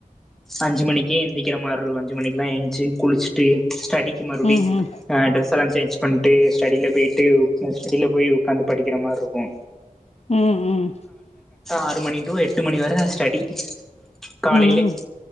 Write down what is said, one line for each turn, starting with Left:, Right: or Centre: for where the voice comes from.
Centre: அஞ்சு மணிக்கே எந்திக்கிற மாரிருக்கு அஞ்சு மணிக்குலா ஏஞ்ச்சு குளிச்சிட்டு ஸ்டடிக்கு மறுபடி
Left: ம் ம் ம்
Centre: அ ட்ரெஸல்லா சேஞ்ச் பண்ட்டு ஸ்டடில பேய்ட்டு டில போய் உக்காந்து படிக்கிற மார்ருக்கு
Left: ம் ம்
Centre: ஆறு மணி டு எட்டு மணி வர ஸ்டடி காலைலே
Left: ம்